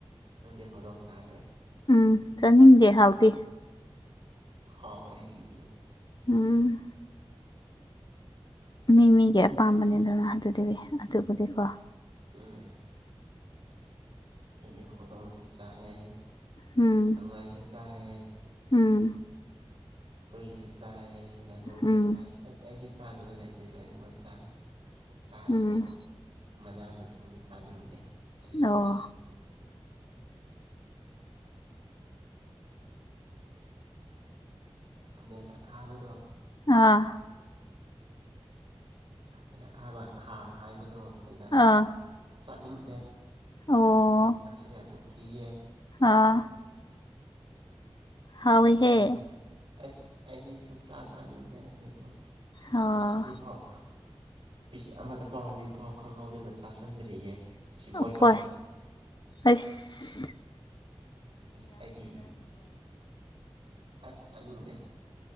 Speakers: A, on the right (about 65°); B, on the left (about 50°).
A: ꯅꯪꯗꯤ ꯍꯧꯗꯣꯡꯆꯥꯥꯗꯦ
B: ꯎꯝ ꯆꯥꯅꯤꯡꯗꯦ ꯍꯥꯎꯇꯤ
A: ꯍꯧꯋꯦ ꯑꯩꯒꯤꯗꯤ
B: ꯎꯝ ꯃꯤ ꯃꯤꯒꯤ ꯑꯄꯥꯝꯕꯅꯤ ꯑꯗꯨꯅ ꯑꯗꯨꯗꯤ ꯑꯗꯨꯕꯨꯗꯤꯀꯣ
A: ꯎꯝ ꯍꯥꯏꯗꯤ ꯍꯧꯗꯣꯡꯁꯨ ꯆꯥꯏ
B: ꯎꯝ
A: ꯍꯪꯉꯣꯏꯁꯨ ꯆꯥꯏ
B: ꯎꯝ
A: ꯍꯨꯏꯁꯨ ꯆꯥꯏ ꯉꯥꯅꯨꯁꯨ
B: ꯎꯝ
A: ꯆꯥꯏ ꯑꯁ ꯑꯩꯗꯤ ꯆꯥꯗꯕ ꯂꯩꯇꯦ ꯂꯣꯏꯅꯃꯛ ꯆꯥꯏ ꯆꯥꯗꯕꯕꯨ
B: ꯎꯝ
A: ꯃꯅꯥ ꯃꯁꯤꯡꯗꯤ ꯆꯥꯅꯤꯡꯗꯦ ꯑꯩꯗꯤ
B: ꯑꯣ
A: ꯈꯃꯦꯟ ꯑꯈꯥꯕꯗꯣ
B: ꯑꯥ
A: ꯈꯃꯦꯟ ꯑꯈꯥꯕ ꯈꯥꯡ ꯍꯥꯏꯕꯗꯣ ꯑꯩꯈꯣꯏꯅ
B: ꯑꯥ
A: ꯆꯥꯅꯤꯡꯗꯦ
B: ꯑꯣ
A: ꯃꯁꯛꯁꯨ ꯌꯥꯝꯅ ꯊꯤꯌꯦ
B: ꯑꯥ ꯍꯥꯎꯋꯤꯍꯦ
A: ꯅꯪꯗꯤ ꯑꯁ ꯑꯩꯗꯤ ꯁꯨꯝ ꯆꯥ ꯆꯥꯅꯤꯡꯗꯦ ꯑꯗꯨꯗꯣ
B: ꯑꯣ
A: ꯍꯧꯖꯤꯛꯐꯥꯎ ꯄꯤꯁ ꯑꯃꯗ ꯐꯥꯎ ꯍꯧꯖꯤꯛꯐꯥꯎ ꯈꯪꯍꯧꯗꯅ ꯆꯥꯁꯟꯗ꯭ꯔꯤꯌꯦ ꯁꯤꯕꯣꯠꯀꯁꯨ
B: ꯎꯄꯣꯏ ꯑꯁ
A: ꯏꯁ ꯑꯩꯗꯤ ꯑꯁ ꯆꯥꯅꯤꯡꯗꯦ